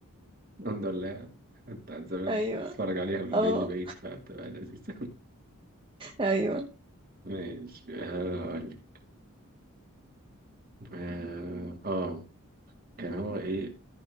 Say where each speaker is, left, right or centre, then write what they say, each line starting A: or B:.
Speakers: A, on the right (about 40°); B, on the right (about 25°).
A: الحمد لله بتاعت زمان
B: ايوه
A: دي. بتتفرج عليها من
B: اه
A: بعيد لبعيد فبتبقى لذيذة
B: ايوه
A: <laughs> ماشي آه، اقول لك اه آه، كان هو ايه